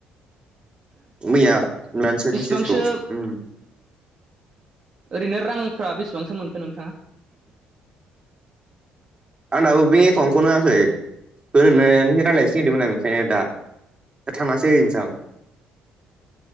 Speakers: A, on the right (about 30°); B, on the right (about 45°).
A: मैया नुनानैसो
B: बेसिबांसो
A: मेसेजखौ ओम।
B: ओरैनो रांफ्रा बेसेबांसो मोनखो नोंथाङा?
A: आंनाबो बेंक एकाउन्टखौनो होयाखै ओरैनो रायलायनोसो नागिरदोंमोन नोंथांजों दा। दा थांनासो हैनोसां।